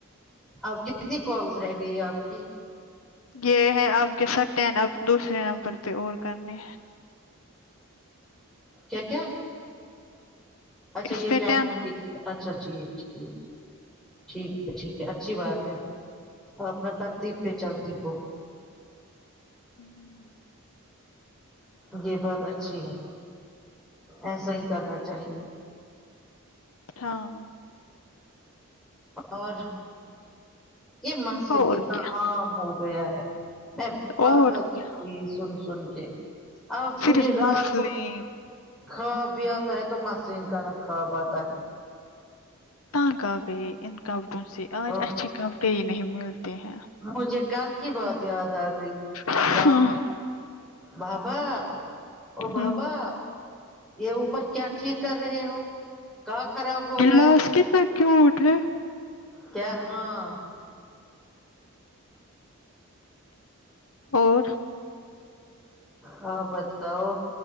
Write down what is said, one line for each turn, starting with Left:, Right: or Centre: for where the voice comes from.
Centre: آپ کی کتنی کالس رہ گئی ہے آپ کی
Left: یہ ہے آپ کے سات ٹن اب دوسرے نمبر پہ اور کرنے
Centre: کیا کیا اچھا
Left: اس
Centre: یہ
Left: پہ
Centre: ٹن
Left: ٹین
Centre: ہو اچھا جی ج ج ٹھیک ہے ٹھیک ہے اچھی بات ہے اور اپنا ترتیب پہ چلتی ہو
Left: ہوں
Centre: یہ بات اچھی ہے ایسا ہی کرنا چاہیے
Left: ہاں
Centre: اور یہ مثل
Left: اور
Centre: کتنا
Left: کیا
Centre: عام ہو گیا ہے میں پگل
Left: اور کیا
Centre: ہوئی سن سن کے آب
Left: صرف
Centre: مجھے رات
Left: مسئلے
Centre: کو خواب بھی آتا ہے تو مسلین کا ن خواب آتا ہے
Left: تانگ آ گئی ان کپڑوں سے آج
Centre: اور
Left: اچھے کپڑے ہی نہیں ملتے ہیں
Centre: مجھے کل کی بات یاد آ گئی
Left: ہاں
Centre: بابو بابا و بابا
Left: ہوں
Centre: یہ اوپر کیا ٹھیک کر رہے ہو کا خراب ہو
Left: گلاس
Centre: گیا
Left: کتنا کیوٹ ہے
Centre: کیا ہاں
Left: اور
Centre: ہاں بتاؤ